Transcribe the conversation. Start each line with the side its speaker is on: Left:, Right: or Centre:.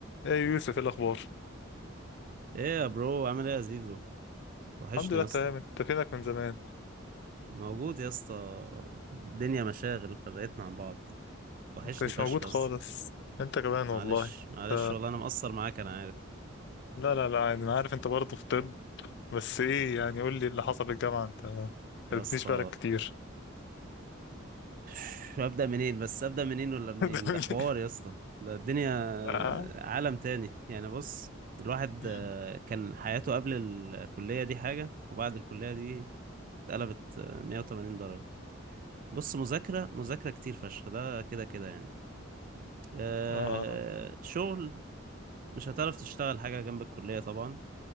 Left: ايه يوسف ايه الاخبار
Right: ايه يا برو عامل ايه يا زيزو وحشني
Left: الحمد لله
Right: يا
Left: تمام
Right: اسطى
Left: انت فينك من زمان
Right: موجود يا اسطى الدنيا مشاغل فرقتنا عن بعض وحشني
Left: ما كنتش
Right: فشخ
Left: موجود
Right: يا
Left: خالص
Right: اسطى
Left: انت كمان والله
Right: معلش معلش
Left: ف...
Right: والله انا مقصر معاك انا عارف
Left: لا لا لا يعني انا عارف انت برضه في طب بس ايه يعني قول لي اللي حصل في الجامعه انت ما قلتليش
Right: يا اسطى
Left: بقالك كتير
Right: <sighs> ابدا منين بس ابدا منين ولا منين
Left: <laughs>
Right: ده حوار يا اسطى ده الدنيا
Left: اه
Right: عالم تاني يعني بص الواحد
Left: مم.
Right: آه، كان حياته قبل الكلية دي حاجة وبعد الكلية دي اتقلبت آه، 180 درجة بص مذاكرة مذاكرة كتير فشخ ده كده كده يعني آه،
Left: آه،
Right: شغل مش هتعرف تشتغل حاجة جنب الكلية طبعا